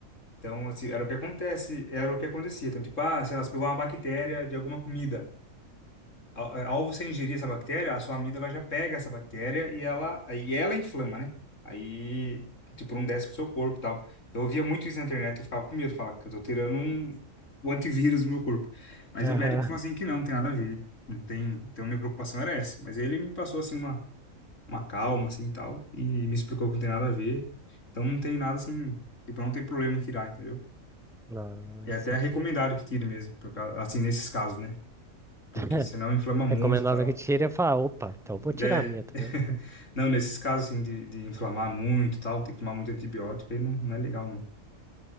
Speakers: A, on the left; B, in the centre.
A: Então, assim, era o que acontece, era o que acontecia. Então, tipo, ah, sei lá, você pegou uma bactéria de alguma comida. Ao, é, ao você ingerir essa bactéria, a sua amígdala já pega essa bactéria e ela, aí ela inflama, né? Aí, tipo, não desce pro seu corpo e tal. Então, eu via muito isso na internet, eu ficava com medo, falava que eu tô tirando um, o antivírus do meu corpo. Mas
B: aham.
A: aí o médico falou assim que não, não tem nada a ver. Não tem, então, minha preocupação era essa. Mas aí ele me passou, assim, uma, uma calma, assim, tal, e me explicou que não tem nada a ver. Então, não tem nada, assim, tipo, não tem problema em tirar, entendeu?
B: Não,
A: É
B: isso
A: até
B: aqui.
A: recomendado que tire mesmo, porque, assim, nesses casos, né? Porque
B: <laughs>
A: senão inflama muito
B: Recomendado
A: e tal.
B: que tire, eu falo, opa, então eu vou tirar
A: É.
B: a minha também.
A: <laughs> Não, nesses casos, assim, de, de inflamar muito e tal, tem que tomar muito antibiótico, aí não, não é legal, não.